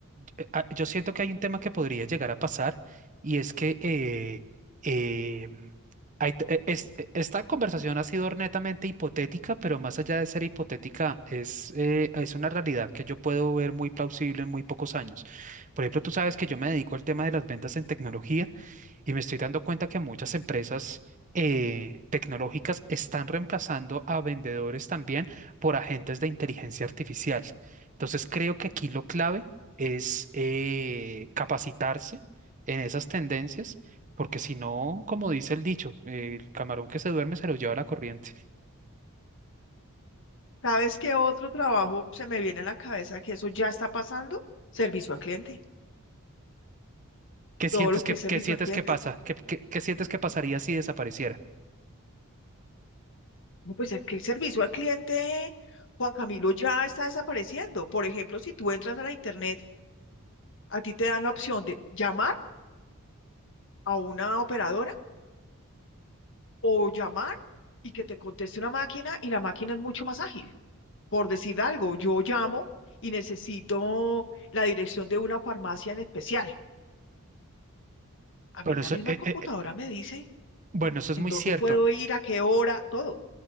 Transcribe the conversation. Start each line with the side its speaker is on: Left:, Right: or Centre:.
Right: eh, ah, yo siento que hay un tema que podría llegar a pasar y es que eh, eh, hay t- eh, es- eh, esta conversación ha sido netamente hipotética, pero más allá de ser hipotética, es, eh, es una realidad que yo puedo ver muy plausible en muy pocos años. Por ejemplo, tú sabes que yo me dedico al tema de las ventas en tecnología. Y me estoy dando cuenta que muchas empresas eh, tecnológicas están reemplazando a vendedores también por agentes de inteligencia artificial. Entonces creo que aquí lo clave es eh, capacitarse en esas tendencias, porque si no, como dice el dicho, eh, el camarón que se duerme se lo lleva la corriente.
Left: ¿Sabes qué otro trabajo se me viene a la cabeza que eso ya está pasando? Servicio al cliente.
Right: ¿Qué sientes
Left: Todo lo que
Right: que,
Left: es servicio
Right: qué sientes
Left: al cliente.
Right: que pasa? ¿Qué, qué- qué sientes que pasaría si desapareciera?
Left: No, Pues es que el servicio al cliente, Juan Camilo, ya está desapareciendo. Por ejemplo, si tú entras a la internet a ti te dan la opción de llamar a una operadora o llamar y que te conteste una máquina y la máquina es mucho más ágil. Por decir algo, yo llamo y necesito la dirección de una farmacia en especial. A
Right: Bueno,
Left: mí la
Right: eso,
Left: misma
Right: eh,
Left: computadora
Right: eh, eh,
Left: me dice
Right: bueno, eso es
Left: en
Right: muy
Left: dónde
Right: cierto.
Left: puedo ir, a qué hora, todo.